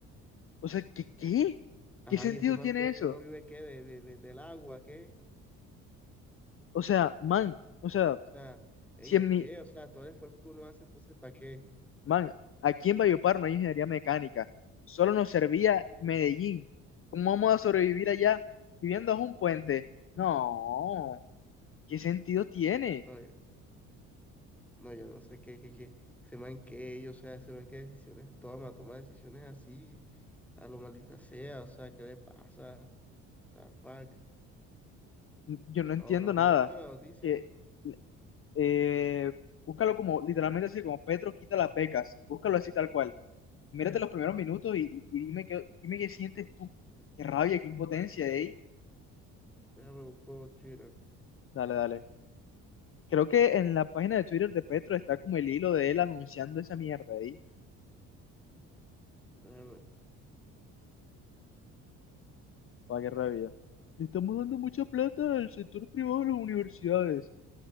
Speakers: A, on the left; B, in the centre.
A: O sea, ¿qué, qué?
B: Ajá,
A: ¿Qué sentido
B: y ese man
A: tiene
B: cree
A: eso?
B: que uno vive qué, de, de- de- del agua, ¿qué?
A: O sea, man, o sea,
B: O sea, ey,
A: si en
B: ¿el
A: mi,
B: qué? O sea, todo el esfuerzo que uno hace, entonces, ¿para qué?
A: man, aquí en Valledupar no hay ingeniería mecánica, solo nos servía Medellín. ¿Cómo vamos a sobrevivir allá viviendo bajo un puente? No, ¿Qué sentido tiene?
B: No, yo, no, yo no sé qué, qué, qué. Ese man qué, ey, o sea, ese man qué decisiones toma, toma decisiones así, a lo maldita sea, o sea, ¿qué le pasa? The fuck.
A: Yo no
B: No,
A: entiendo
B: bro,
A: nada.
B: mándame la noticia.
A: Que, eh, búscalo como, literalmente así, como Petro quita las becas. Búscalo así tal cual. Mírate los primeros minutos y, y- y dime qué, dime qué sientes tú. Qué rabia, qué impotencia, ey.
B: Déjame buscar Twitter.
A: Dale, dale. Creo que en la página de Twitter de Petro está como el hilo de él anunciando esa mierda, ey.
B: Déjame.
A: Para qué rabia. Le estamos dando mucha plata al sector privado de las universidades.